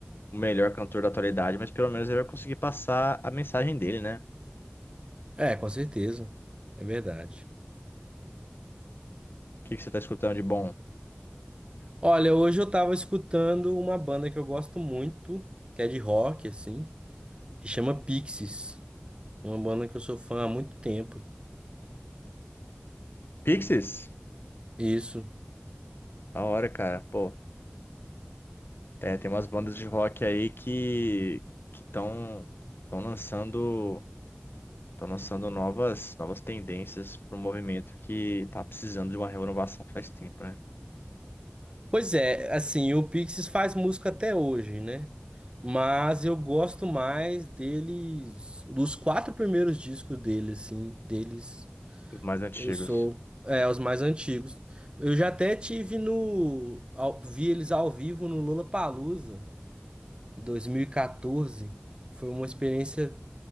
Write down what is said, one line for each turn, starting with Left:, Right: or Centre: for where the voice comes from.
Left: o melhor cantor da atualidade, mas pelo menos ele vai conseguir passar a mensagem dele, né?
Right: É, com certeza. É verdade.
Left: O que que você tá escutando de bom?
Right: Olha, hoje eu tava escutando uma banda que eu gosto muito, que é de rock, assim, que chama Pixies. Uma banda que eu sou fã há muito tempo.
Left: Pixies?
Right: Isso.
Left: Da hora, cara. Pô, é, tem umas bandas de rock aí que que estão estão lançando estão lançando novas novas tendências para um movimento que tá precisando de uma renovação faz tempo, né?
Right: Pois é, assim, o Pixies faz música até hoje, né? Mas eu gosto mais deles, dos quatro primeiros discos deles, assim, deles,
Left: Os mais antigos.
Right: eu sou, é, os mais antigos. Eu já até tive no, ao- vi eles ao vivo no Lollapalooza de 2014. Foi uma experiência